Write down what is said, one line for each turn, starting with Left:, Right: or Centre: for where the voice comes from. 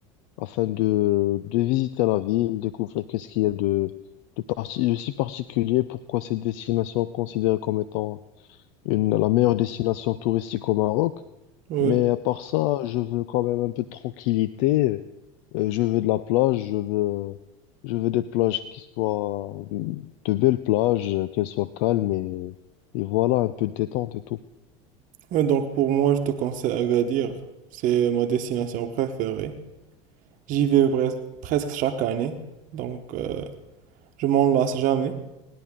Left: afin de, de visiter la ville, découvrir qu'est-ce qu'il y a de, de, parti, de si particulier, pourquoi cette destination est considérée comme étant une, la meilleure destination touristique au Maroc.
Right: Oui.
Left: Mais à part ça, je veux quand même un peu de tranquillité. Euh, je veux de la plage, je veux, je veux des plages qui soient de belles plages, euh, qu'elles soient calmes et, et voilà, un peu de détente et tout.
Right: Ouais, donc pour moi, je te conseille Agadir, c'est ma destination préférée. J'y vais pres- presque chaque année, donc euh, je m'en lasse jamais.